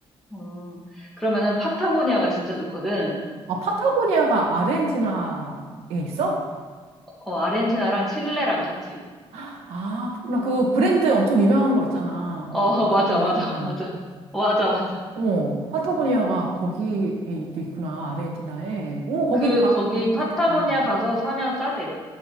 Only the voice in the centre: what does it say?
어, 그러면은 파타고니아가 진짜 좋거든.
어, 아르헨티나랑 칠레랑 같이.
어,
<laughs> 맞아, 맞아, 맞아. 맞아, 맞아.
그,
거기 파타고니아
가서 사면 싸대.